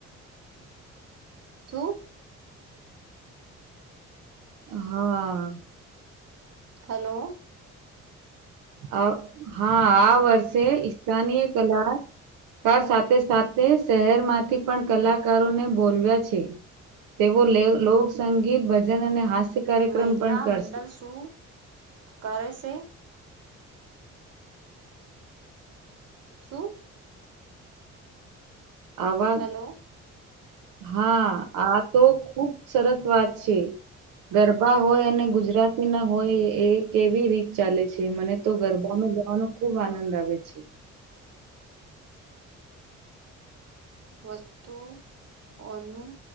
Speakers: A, on the right; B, on the right.
A: શું?
B: હમ,
A: હલો!
B: અ હા, આ વર્ષે ઈસ્થાનીય કલા કાર સાથે સાથે શહેરમાંથી પણ કલાકારોને બોલવ્યા છે. તેઓ લે લોકસંગીત ભજન અને હાસ્ય કાર્યક્રમ
A: મહિલા
B: પણ કરશે
A: મંડલ શું કરે છે? શું?
B: આવા
A: હેલો
B: હા, આ તો ખુબ સરસ વાત છે ગરબા હોય અને ગુજરાતી ના હોય એ કેવી રીતે ચાલે છે, મને તો ગરબામાં જવાનો ખુબ આનંદ આવે છે.
A: વસ્તુઓનું